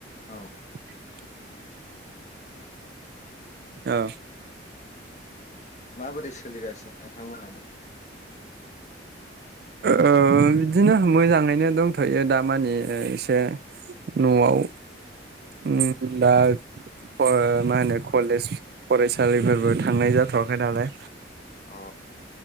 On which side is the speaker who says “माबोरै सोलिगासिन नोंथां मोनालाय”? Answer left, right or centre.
Left